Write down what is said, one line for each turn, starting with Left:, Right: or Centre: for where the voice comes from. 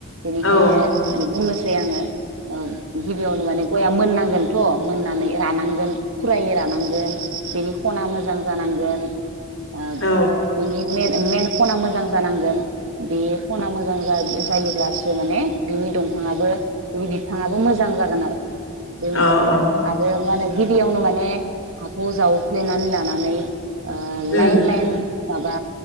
Right: बेनिखायनो
Left: औ
Right: माने बुंनोस सै आङो। औ गिबियावनो माने गया दा मोननांगोनथ' मोननानै रानांगोन खुरायै रानांगोन बेनि खना मोजां जानांगोन। ओ
Left: औ
Right: बिनि मेन मेन खना मोजां जानांगोन बे खना मोजां जा- जायोब्लासो माने बिनि दंफाङाबो गिदिद फाङाबो मोजां जागोन आरो। दै
Left: औ
Right: आरो मानै गिबियावनो माने हाखौ जावफ्लेनानै लानानै ओ ओ लाइन
Left: उम
Right: लाइन माबा